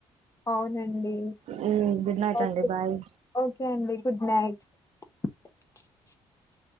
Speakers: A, on the left; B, on the right.
A: అవునండి
B: హు గుడ్ నైట్
A: ఓకే
B: అండి బాయ్
A: ఓకే అండి గుడ్ <inaudible>